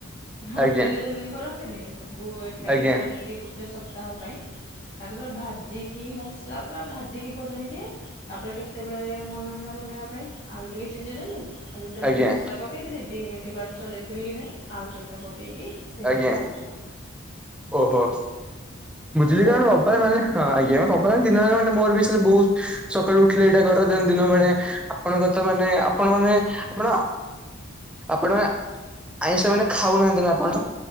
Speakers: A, on the left; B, in the centre.
A: ହୋଟେଲରେ
B: ଆଜ୍ଞା
A: ଯେମିତି କରନ୍ତିନି? ସବୁ ଏକାଠି
B: ଆଜ୍ଞା
A: ବନେଇକି ଗୋଟେ ସପ୍ତାହ ପାଇଁ ତାକୁ ପୁରା ଭାଜିକି ମସଲା ପୁରା ଭାଜିକି ବନେଇଦିଏ। ତାପରେ କେତେବେଳେ ମନ ହେଲା ବନେଇବା ପାଇଁ ଆଳୁ ଟିକେ ସିଜେଇ ଦେଲୁ। ଖାଲି ତେଲରେ
B: ଆଜ୍ଞା
A: ମସଲା ପକେଇଦେଲି ଦି ମିନିଟ ବାଦ ଚଲେଇଥିବେ କି ନାଇଁ ଆଳୁ ଚକଟା ପକେଦେଇ ସେ
B: ଆଜ୍ଞା।
A: ହେଇଗଲା ଆଳୁ ଝୋଳ।
B: ଓହୋ ବୁଝିଲି
A: ଆ ବହୁତ
B: କଣ ଅପାୟ ମାନେ? ହଁ ଆଜ୍ଞା ସବୁବେଳେ ଦିନବେଳେ ମୋର ବି ସେ ବହୁତ ସକାଳୁ ଉଠିଲେ ଏଇଟା କର ସେମିତି ଦିନ ବେଳେ ଆପଣଙ୍କ ତ ମାନେ ଆପଣ ମାନେ ଆପଣ ଆପଣ ଆଇଁଷ ମାନେ ଖାଉନାହାନ୍ତି ନା ଆପଣ?